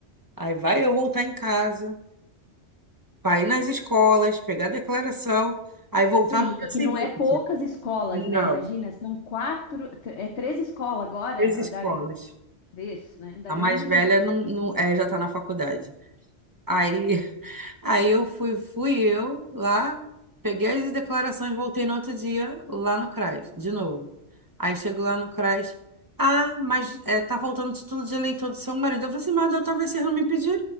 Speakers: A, on the right (about 20°); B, on the left (about 70°).
A: Aí vai eu voltar em casa, pra ir nas escolas, pegar a declaração, aí voltar
B: Sim,
A: no dia
B: e que
A: seguinte.
B: não é poucas escolas,
A: Não,
B: né? Imagina, são quatro, tr- é três escolas agora,
A: três escolas.
B: a da grande, três, né? Da
A: A
B: grande
A: mais velha
B: não precisa.
A: não, não- é, já tá na faculdade. Aí, aí eu fui, fui eu lá, peguei as declarações, voltei no outro dia lá no CRAS, de novo. Aí chego lá no CRAS, ah, mas é, tá faltando o título de eleitor do seu marido. Eu falei assim, mas da outra vez vocês não me pediram.